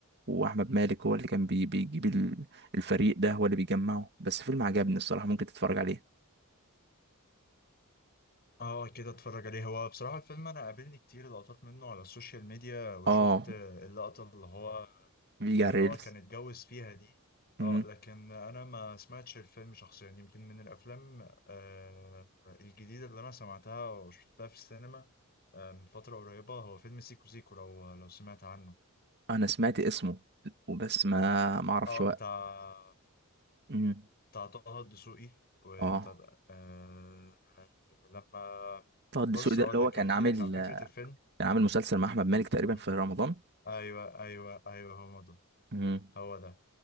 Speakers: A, on the right; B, on the left.
A: واحمد مالك هو اللي كان بي... بيجيب ال- الفريق ده هو اللي بيجمعه بس فيلم عجبني الصراحة ممكن تتفرج عليه
B: اه كده اتفرج عليه هو بصراحة الفيلم انا قابلني كتير لقطات منه على السوشيال ميديا وشفت
A: اه
B: اللقطة اللي هو
A: بيجي
B: اللي
A: على الريلز
B: هو كان اتجوز فيها دي
A: مم.
B: اه لكن انا ما سمعتش الفيلم شخصيا يمكن من الافلام آه الجديده اللي انا سمعتها وشفتها في السينما آه من فتره قريبه هو فيلم سيكو سيكو لو لو سمعت عنه
A: انا سمعت اسمه وبس ما ما اعرفش
B: اه
A: هو
B: بتاع
A: مم.
B: بتاع طه الدسوقي وبتاع
A: اه
B: آه لما
A: طه الدسوقي
B: بص
A: ده
B: اقول
A: اللي هو
B: لك
A: كان
B: احكي
A: عامل
B: لك عن فكره الفيلم
A: كان عامل مسلسل مع احمد مالك تقريبا
B: مم.
A: في رمضان
B: ايوه ايوه ايوه هو ده
A: امم
B: هو ده